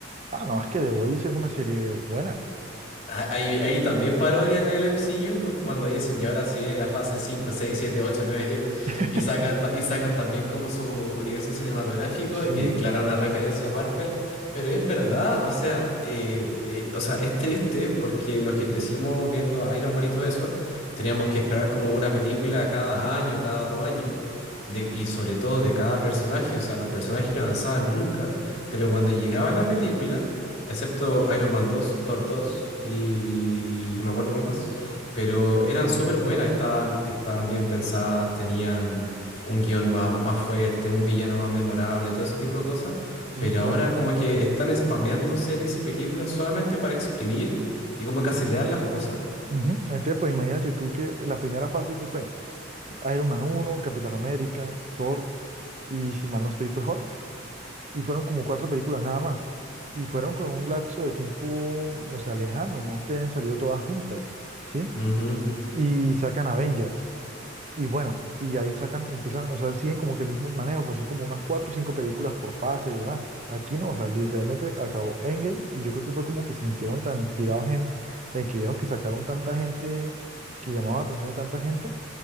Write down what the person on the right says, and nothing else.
Ah, no, es que The Voice es una serie buena.
<laughs>
Sí,
sí,
claro.
Ujú. Entonces, pues imagínate tú que la primera fase que fue Iron Man uno, Capitán América, Thor y si mal no estoy fue Hulk. Y fueron como cuatro películas nada más. Y fueron con un lapso de tiempo, o sea, lejano, no es que hayan salido todas juntas, ¿sí?
Y sacan Avengers. Y bueno, y ahí sacan, empiezan, o sea, siguen como que el mismo manejo, pues son como unas cuatro o cinco películas por fase y demás. Aquí no, o sea, literalmente acabó Endgame y yo creo que fue como que se sintieron tan inspirados en, en que vieron que sacaron tanta gente, que llamaron la atención de tanta gente,